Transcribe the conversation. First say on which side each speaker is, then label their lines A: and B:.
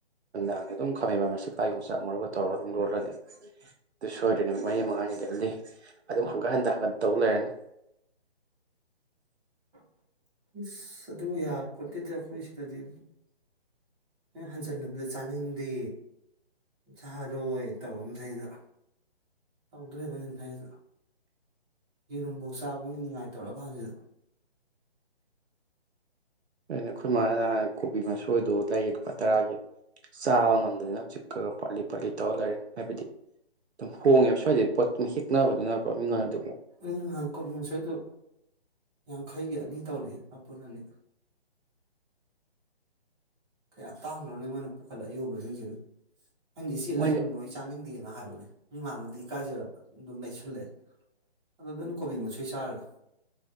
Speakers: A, on the right; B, on the right.
A: ꯅꯨꯡꯗꯥꯡꯁ ꯑꯗꯨꯝ ꯈꯝꯕ ꯃꯀꯥ ꯌꯣꯡꯆꯥꯛ ꯃꯔꯨꯒ ꯇꯧꯔꯒ ꯑꯗꯨꯝ ꯂꯣꯜꯂꯅꯤ ꯑꯗꯨ ꯁꯣꯏꯗ꯭ꯔꯦ ꯅꯨꯃꯤꯠ ꯃꯔꯤ ꯃꯉꯥꯅꯤꯗꯤ ꯑꯗꯨꯜꯂꯤ ꯑꯗꯨꯝ ꯍꯟꯀꯠ ꯍꯟꯗ ꯍꯟꯀꯠ ꯇꯧ ꯂꯩꯔꯅꯤ
B: <inaudible> ꯑꯗꯨꯕꯨ ꯌꯥꯄꯣꯠꯇꯗꯤ ꯑꯩꯈꯣꯏ ꯁꯤꯗꯗꯤ ꯑꯦ ꯍꯟꯖꯜꯂꯨꯕꯗ ꯆꯥꯅꯤꯡꯗꯦ ꯁꯥꯔꯔꯣꯏꯅ ꯇꯧꯔꯒ ꯃꯗ ꯇꯧꯗꯣꯔꯤꯕꯅꯤ ꯃꯗ ꯌꯦꯔꯨꯝꯐꯧ ꯆꯥꯕꯒꯤ ꯅꯨꯡꯉꯥꯏ ꯇꯧꯔꯛꯀꯥꯟꯁꯤꯗ
A: ꯑꯦꯅꯈꯣꯏ ꯃꯥꯥꯏ ꯀꯣꯕꯤ ꯃꯥꯁꯣꯏ ꯁꯣꯏꯗꯣ ꯂꯩꯌꯦ ꯂꯨꯄꯥ ꯇꯔꯥꯒꯤ ꯆꯥꯕ ꯉꯝꯗꯗꯅ ꯆ ꯎꯆꯤꯛꯀꯒ ꯄꯥꯠꯂꯤ ꯄꯥꯠꯂꯤ ꯇꯧꯔ ꯂꯩꯔꯦ ꯍꯥꯏꯕꯗꯤ ꯑꯗꯨꯝ ꯍꯣꯡꯉꯦꯕ ꯁ꯭ꯋꯥꯏꯗꯩ ꯄꯣꯠ ꯑꯗꯨꯝ ꯍꯦꯛꯛꯅꯕꯅꯤꯅꯀꯣ ꯃꯤꯉꯣꯟꯗ ꯑꯗꯨꯝ
B: ꯏꯪ ꯅꯍꯥꯟ ꯀꯣꯕꯤꯁꯣꯏꯗꯨ ꯌꯥꯡꯈꯩꯒꯤ ꯑꯅꯤ ꯇꯧꯔꯛꯑꯦ ꯃꯄꯨꯟ ꯑꯅꯤ ꯀꯌꯥ ꯇꯥꯡꯈ꯭ꯔꯣꯅ ꯃꯣꯏꯅ ꯄꯨꯈꯠꯂꯒ ꯌꯣꯟꯕꯁꯤꯡꯁꯤꯅ ꯑꯩꯅ ꯏꯆꯦ
A: ꯃꯣꯏꯅ
B: ꯂꯩꯔꯨꯅꯨ ꯑꯩ ꯆꯥꯅꯤꯡꯗꯦꯅ ꯍꯥꯏꯕꯅꯦ ꯃꯤꯃꯥꯡꯗꯗꯤ ꯏꯀꯥꯏꯖꯄ ꯑꯗꯨꯝ ꯂꯩꯁꯜꯂꯛꯑꯦ ꯑꯗꯨꯗꯅ ꯀꯣꯕꯤ ꯃꯁꯣꯏ ꯆꯥꯔꯒ